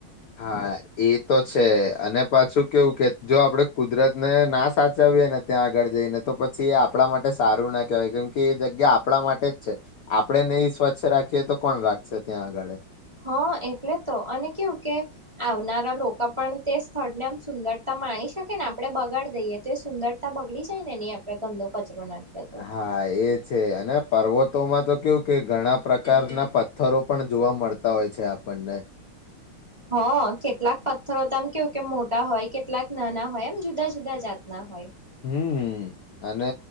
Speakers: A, on the left; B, on the right.
A: હા એ તો છે. અને પાછું કેવું કે જો આપડે કુદરત ને ના સાચવી ને ત્યાં આગળ જઈને તો પછી એ આપણા માટે સારું ના કહેવાય કેમ કે એ જગ્યા આપણા માટે જ છે. આપણેે નહીં સ્વચ્છ રાખીએ તો કોણ રાખશે ત્યાં આગળે
B: હા એટલે તો અને કેવું કે આવનારા લોકો પણ તે સ્થળને આમ સુંદરતા માણી શકે ને આપણે બગાડી દઈએ તો એ સુંદરતા બગડી જાય ને નહી આપડ ગંદો કચરો. કચરો નાખે તો.
A: હા એ છે. અને પર્વતો માં તો કેવું કે ઘણા પ્રકારના પથ્થરો પણ જોવા મળતા હોય છે. આપ આપણને
B: હ <inaudible> હ કેટલાક પથ્થરો તો આમ કેવું કે મોટા હોય કેટલાક નાના હોય એમ જુદા જુદા જાતના હોય
A: હમ
B: <inaudible>
A: અને